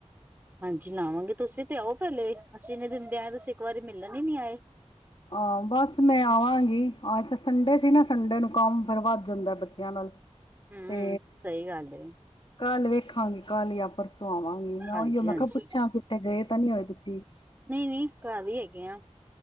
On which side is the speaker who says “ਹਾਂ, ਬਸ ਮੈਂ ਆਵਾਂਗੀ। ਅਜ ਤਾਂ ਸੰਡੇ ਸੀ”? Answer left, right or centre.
Left